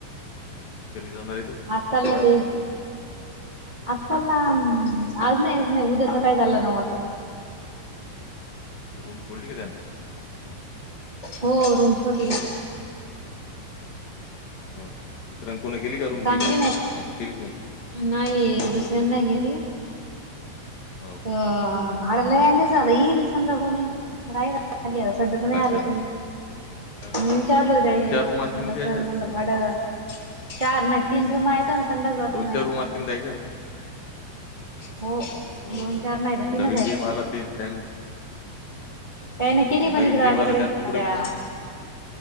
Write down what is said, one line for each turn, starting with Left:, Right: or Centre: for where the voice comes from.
Left: कधी जाणार आहे तो?
Right: आज चालला की. आज चालला उम्म्म आज नाही, आज नाही उद्या सकाळी चालला नऊ वाजता.
Left: रूम सोडली का त्यांन.
Right: हो रूम सोडली.
Left: हो का, दुसऱ्यान कोण केली का रूम
Right: चांगली
Left: ती अजू, अजून केलीच नाही
Right: नाही दुसऱ्यां
Left: हा?
Right: नाही गेली
Left: हो
Right: प. भाड लयी <unintelligible> येईल समजा कोणी राहायला. खालीय सद्या त
Left: अच्छा
Right: नाही आलं कोणी,
Left: चांगलं.
Right: मी विचारल त्यायले,
Left: दोन चार
Right: म्हणलं
Left: रूम असतील ना त्याच्यात
Right: सर म्हनल. वाड. चार नाही, तीन रूम आहेत. संडास बाथरूम
Left: दोन, चार,
Right: आहे.
Left: रूम असतील द्यायच्या.
Right: हो
Left: हो
Right: दोन
Left: का
Right: चार नाही तर
Left: ते
Right: तीनच
Left: नवीन
Right: आहेत.
Left: बीएम आला तेच त्यानं
Right: त्यांन केली पण
Left: नवीन
Right: इकडे
Left: बीम
Right: अलीकडे
Left: आला त्यानं
Right: त्या
Left: कुठे गेली ना